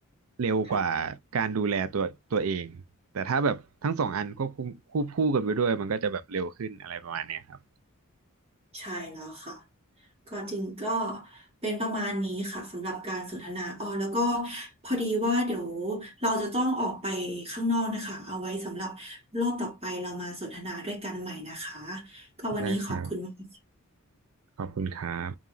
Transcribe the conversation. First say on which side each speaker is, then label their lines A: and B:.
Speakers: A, on the right; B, on the right.
A: เร็วกว่า
B: ค่ะ
A: การดูแลตัวตัวเองแต่ถ้าแบบทั้งสองอันก็ควบคู่กันไปด้วยมันก็จะแบบเร็วขึ้นอะไรประมาณเนี้ยครับ
B: ใช่แล้วค่ะก็จริงก็เป็นประมาณนี้ค่ะสำหรับการสนทนาอ๋อแล้วก็พอดีว่าเดี๋ยวเราจะต้องออกไปข้างนอกนะคะเอาไว้สำหรับรอบต่อไปเรามาสนทนาด้วยกันใหม่นะคะก็วันนี้ขอบคุณมาก
A: ได้ครับขอบคุณครับ